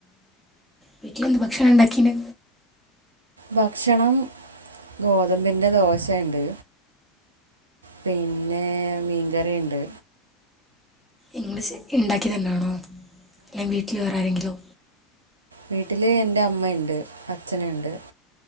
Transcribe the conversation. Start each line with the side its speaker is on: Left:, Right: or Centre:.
Centre: വീട്ടിലന്ന് ഭക്ഷണം ഉണ്ടാക്കീന്
Right: ഭക്ഷണം ഗോതമ്പിന്റെ ദോശേണ്ട് പിൻ നേ മീൻകറീണ്ട്
Centre: ഇങ്ങള് ശെരിക്ക്ണ്ടാക്ക്യേതന്നേണോ അല്ലങ്കി വീട്ടിൽ വേറാരെങ്കിലോ
Right: വീട്ടില് എന്റെ അമ്മയ്ണ്ട് അച്ഛന്ണ്ട്